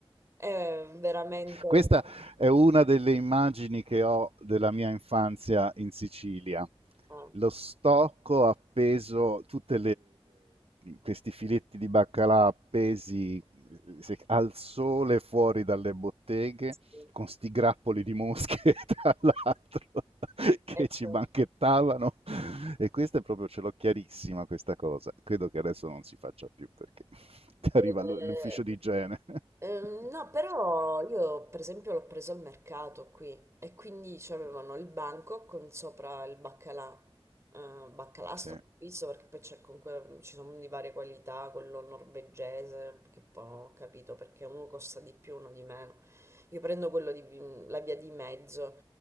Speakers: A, on the right; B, on the right.
A: è veramente un...
B: Questa è una delle immagini che ho della mia infanzia in Sicilia.
A: Ah.
B: Lo stocco appeso, tutti questi filetti di baccalà appesi se- al sole fuori dalle botteghe,
A: Sì,
B: con sti grappoli di mosche <laughs> tra l'altro <laughs>
A: eh,
B: che
A: certo.
B: ci banchettavano. E questa è proprio, ce l'ho chiarissima questa cosa. Credo che adesso non si faccia più perché <laughs> ti
A: Eh,
B: arriva l'u- l'ufficio di igiene. <laughs>
A: ehm, no, però io per esempio l'ho preso al mercato qui e quindi c'avevano il banco con sopra il baccalà. Eh, baccalà sto
B: Sì.
A: pizzo perché poi c'è comunque ci sono di varie qualità, quello norvegese, che poi non ho capito perché uno costa di più, uno di meno. Io prendo quello di vi- la via di mezzo